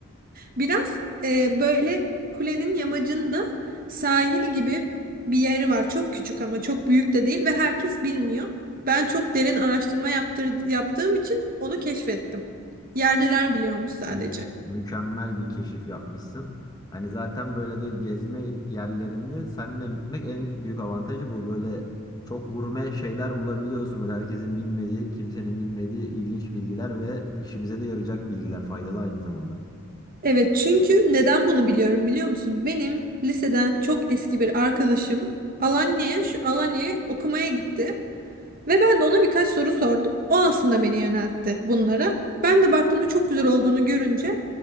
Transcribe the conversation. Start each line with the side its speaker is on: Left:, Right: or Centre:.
Right: Biraz e, böyle kulenin yamacında sahil gibi bir yeri var. Çok küçük ama çok büyük de değil ve herkes bilmiyor. Ben çok derin araştırma yaptır, yaptığım için onu keşfettim. Yerliler biliyormuş sadece.
Left: Mü- mükemmel bir keşif yapmışsın. Hani zaten böyle de gezme yerlerinde seninle gitmek en büyük avantajı bu. Böyle çok gurme şeyler bulabiliyorsun. Böyle herkesin bilmediği, kimsenin bilmediği ilginç bilgiler ve işimize de yarayacak bilgiler faydalı aynı zamanda.
Right: Evet çünkü neden bunu biliyorum biliyor musun? Benim liseden çok eski bir arkadaşım Alanya'ya şu Alanya'ya okumaya gitti. Ve ben de ona birkaç soru sordum. O aslında beni yöneltti bunlara. Ben de baktığımda çok güzel olduğunu görünce